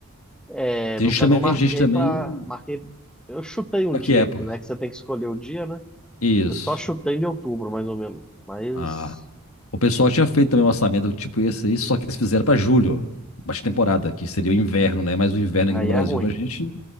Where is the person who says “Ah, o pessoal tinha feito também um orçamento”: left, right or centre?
Left